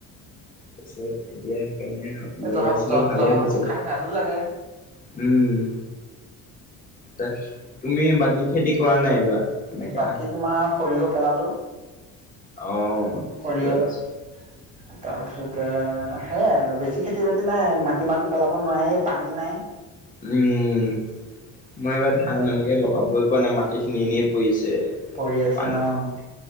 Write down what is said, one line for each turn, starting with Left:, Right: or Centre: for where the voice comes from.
Left: তাৰপিছত এতিয়া সেইকাৰণে
Right: এ,
Left: লগাইছিলো
Right: জহা জ
Left: ভালে
Right: জহাভাটো
Left: হৈছে
Right: খাই ভালো লাগে।
Left: উম। তাৰ তুমি বাকী খেতি কৰা নাই এইবাৰ? এনেকা,
Right: বাকী তোমাৰ সৰিয়হ পেলালো
Left: অ'
Right: সৰিয়হ
Left: ঠিকেই আছে।
Right: <inaudible> তাৰপিছতে সেয়াই আৰু বেছি খেতি বাতি নাই, মাটিমাহটো পেলাব নোৱাৰেই পানী নাইৱ।
Left: উম, মই এইবাৰ ধান এনেকে লগাবই পৰা নাই, মাটিখিনি এনেই পৰি আছে।
Right: পৰি আছে
Left: পানী
Right: অ'।